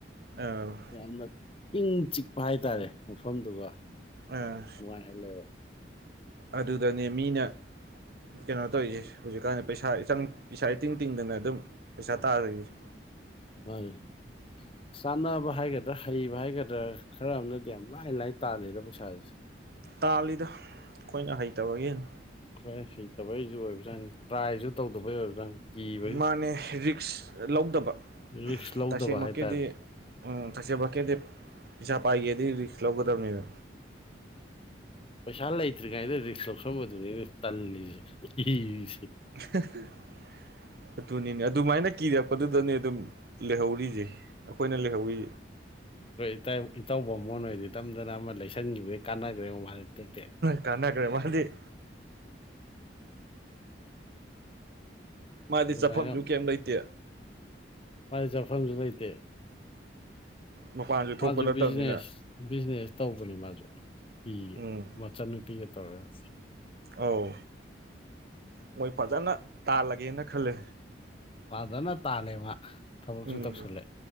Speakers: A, on the right (about 55°); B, on the left (about 30°).
A: ꯑꯦꯜ
B: ꯌꯥꯝꯅ ꯏꯪ ꯆꯤꯛꯄ ꯍꯥꯏꯇꯥꯔꯦ ꯃꯐꯝꯗꯨꯒ
A: ꯑꯥ
B: ꯅꯨꯉꯥꯏꯍꯜꯂꯦꯕ
A: ꯑꯗꯨꯗꯅꯦ ꯃꯤꯅ ꯀꯩꯅꯣ ꯇꯧꯔꯤꯁꯦ ꯍꯧꯖꯤꯛꯀꯥꯟꯗꯤ ꯄꯩꯁꯥ ꯏꯆꯪ ꯄꯩꯁꯥ ꯏꯇꯤꯡ ꯇꯤꯡꯗꯅ ꯑꯗꯨꯝ ꯄꯩꯁꯥ ꯇꯥꯜꯂꯤꯁꯦ
B: <unintelligible> ꯆꯥꯟꯅꯕ ꯍꯥꯏꯒꯗ꯭ꯔꯥ ꯍꯩꯕ ꯍꯥꯏꯒꯗ꯭ꯔꯥ ꯈꯔ ꯑꯃꯅꯗꯤ ꯌꯥꯝ ꯂꯥꯏ ꯂꯥꯏ ꯇꯥꯜꯂꯦꯗ ꯄꯩꯁꯥꯥꯁꯦ
A: ꯇꯥꯜꯂꯤꯗ ꯑꯩꯈꯣꯏꯅ ꯍꯩꯇꯕꯒꯤꯅꯤ
B: ꯑꯈꯣꯏꯅ ꯍꯩꯇꯕꯩꯁꯨ ꯑꯣꯏꯕ ꯖꯥꯠꯅꯤ ꯇ꯭ꯔꯥꯏꯁꯨ ꯇꯧꯗꯕꯩ ꯑꯣꯏꯕꯖꯥꯠꯅꯤ ꯀꯤꯕꯒꯤ
A: ꯃꯥꯅꯦ ꯔꯤꯛꯁ ꯂꯧꯗꯕ
B: ꯔꯤꯛꯁ ꯂꯧꯗꯕ
A: ꯇꯁꯦꯡꯃꯛꯀꯤꯗꯤ
B: ꯍꯥꯏꯇꯥꯔꯦ
A: ꯎꯝ ꯇꯥꯁꯦꯕꯀꯦꯗꯤ ꯄꯤꯁꯥ ꯄꯥꯏꯒꯦꯗꯤ ꯔꯤꯁꯛ ꯂꯧꯒꯗꯕꯅꯤꯗ
B: ꯄꯩꯁꯥ ꯂꯩꯇ꯭ꯔꯤ ꯉꯥꯏꯗ ꯔꯤꯛꯁ ꯂꯧꯁꯟꯕꯗꯨꯅꯤꯅꯦ ꯇꯜꯂꯤꯁꯦ ꯏꯍꯤꯔꯤꯁꯦ
A: <inaudible> ꯑꯗꯨꯅꯤꯅꯦ ꯑꯗꯨꯃꯥꯏꯅ ꯀꯤꯔꯛꯄꯗꯨꯗꯅꯦ ꯑꯗꯨꯝ ꯂꯩꯍꯧꯔꯤꯁꯦ ꯑꯩꯈꯣꯏꯅ ꯂꯩꯍꯧꯔꯤ
B: ꯀꯩ ꯇꯥꯏꯕ ꯏꯇꯥꯎꯕꯨ ꯑꯃꯨꯛ ꯍꯟꯅꯥ ꯑꯩꯗꯤ ꯇꯝꯗꯅ ꯑꯃ ꯂꯩꯁꯟꯈꯤꯕꯗꯩꯩ ꯀꯥꯟꯅꯈ꯭ꯔꯦ ꯃꯥ ꯇꯦꯛꯇꯦꯛ
A: ꯀꯥꯟꯅꯒ꯭ꯔꯦ ꯃꯥꯗꯤ ꯃꯥꯗꯤ
B: ꯑꯗꯨꯃꯥꯏꯅ
A: ꯆꯠꯐꯝꯁꯨ ꯀꯩꯝ ꯂꯩꯇꯦ
B: ꯃꯥꯥꯏ ꯆꯥꯐꯝꯁꯨ ꯂꯩꯇꯦ
A: ꯃꯄꯥꯟꯁꯨ
B: ꯃꯥꯁꯨ
A: ꯊꯣꯛꯄ ꯅꯠꯇꯕꯅꯤꯅ
B: ꯕꯤꯖꯤꯅꯦꯁ ꯕꯤꯖꯤꯅꯦꯁ ꯇꯧꯕꯅꯤ ꯃꯥꯁꯨ ꯄꯤ
A: ꯎꯝ
B: ꯃꯆꯟꯅꯨꯄꯤꯒ ꯇꯧꯔꯒ
A: ꯑꯧ ꯃꯣꯏ ꯐꯖꯅ ꯇꯥꯜꯂꯒꯦꯅ ꯈꯜꯂꯦ
B: ꯐꯖꯅ ꯇꯥꯜꯂꯦ ꯃꯥ ꯊꯕꯛꯁꯨ
A: ꯎꯝ
B: ꯇꯧꯁꯜꯂꯦ